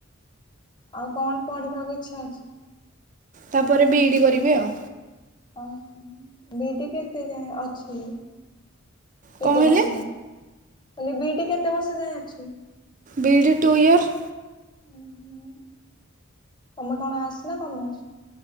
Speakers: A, on the left (about 20°); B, on the right (about 40°).
A: ଆଉ କଣ ପଢିବାକୁ ଇଛା ଅଛି?
B: ତାପରେ ବିଇଡି କରିବି ଆଉ।
A: ଓ ହୋ ବିଇଡି କେତେ ଯାଏ ଅଛି? କେତେ
B: କଣ କହିଲେ?
A: ବର୍ଷ ଯାଏ? କହିଲି ବିଇଡି କେତେ ବର୍ଷ ଯାଏ ଅଛି?
B: BEd two year.
A: ଉଁ ହୁଁ। ତମେ କଣ ଆଡ୍ଶ୍ ନା କମର୍ସ?